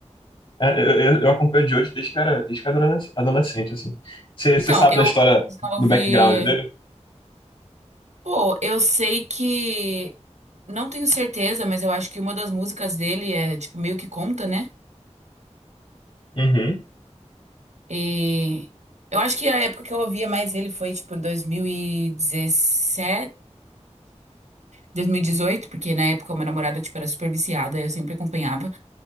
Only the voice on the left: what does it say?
É, Eu, eu, eu acompanho o Jojo desde que eu era, desde que eu era adolesc- adolescente, assim. Você
você sabe
da história
do background dele?
Uhum.